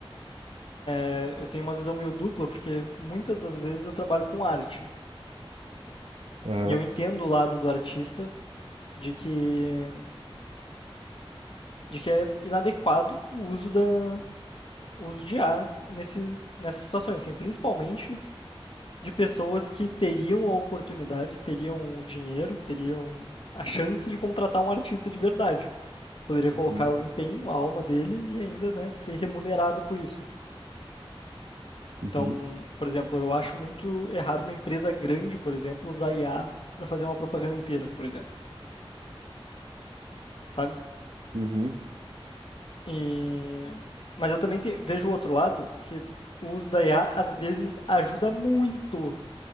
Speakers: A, on the left; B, on the right.
A: É, Eu tenho uma visão meio dupla, porque muitas das vezes eu trabalho com arte.
B: aham.
A: E eu entendo o lado do artista de que, de que é inadequado o uso, da, o uso de A nesse, nessas situações, assim, principalmente de pessoas que teriam a oportunidade, teriam o dinheiro, teriam a chance de contratar um artista de verdade. Poderia
B: Uhum,
A: colocar o empenho, a alma dele e ainda né, ser remunerado por isso.
B: uhum,
A: Então, por exemplo, eu acho muito errado uma empresa grande, por exemplo, usar IA para fazer uma propaganda inteira, por exemplo, sabe?
B: uhum,
A: E... Mas eu também te- vejo o outro lado, que o uso da IA às vezes ajuda muito